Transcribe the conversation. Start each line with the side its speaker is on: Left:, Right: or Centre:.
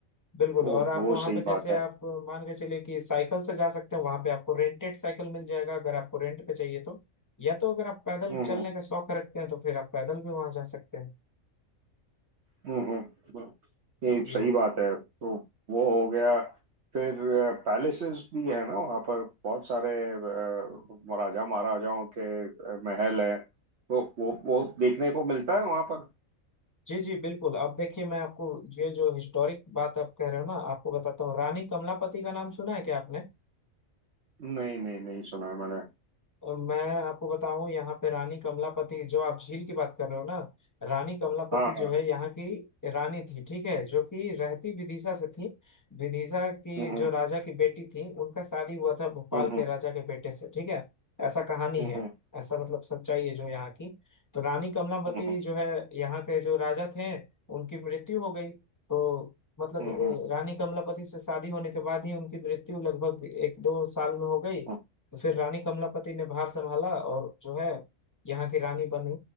Left: बिल्कुल
Right: वो
Left: और आप
Right: वो
Left: वहां
Right: सही
Left: पे जैसे
Right: बात है
Left: आप मान के चलिए कि साइकिल से जा सकते हैं वहां पे आपको रेंटेड साइकिल मिल जाएगा अगर आपको रेंट पे चाहिए तो या तो अगर आप पैदल
Right: हम्म
Left: चलने
Right: हम्म,
Left: का शौक रखते हैं तो फिर आप पैदल भी वहां जा सकते हैं
Right: हम्म हम्म, ये
Left: जी
Right: सही बात है तो वो हो गया फिर पैलेसेस भी है ना वहाँ पर बहुत सारे अ, राजा महाराजाओं के अ, महल है तो वो वो देखने को मिलता है वहाँ पर
Left: जी जी बिल्कुल अब देखिए मैं आपको ये जो हिस्टोरिक बात आप कह रहे हो ना आपको बताता हूँ रानी कमलापति का नाम सुना है क्या आपने
Right: नहीं नहीं नहीं सुना है मैंने
Left: और मैं आपको बताऊं यहाँ पे रानी कमलापति जो आप झील की बात कर रहे हो ना रानी कमलापति
Right: हाँ
Left: जो
Right: हाँ
Left: है यहाँ की रानी थी ठीक है जो कि रहती विदिशा से थी विदिशा की
Right: हम्म
Left: जो राजा की बेटी थी उनका शादी हुआ था भोपाल
Right: हम्म हम्म
Left: के राजा के बेटे से ठीक है ऐसा कहानी
Right: हम्म
Left: है ऐसा मतलब सच्चाई है जो यहाँ की तो रानी कमलापति
Right: हम्म हम्म
Left: जो है यहाँ के जो राजा थे उनकी मृत्यु हो गई तो मतलब
Right: हम्म
Left: अ,
Right: हम्म,
Left: रानी कमलापति से शादी होने के बाद ही उनकी मृत्यु लगभग एक दो साल में हो गई
Right: हम्म,
Left: तो फिर रानी कमलापति ने भार संभाला और जो है यहाँ की रानी बनी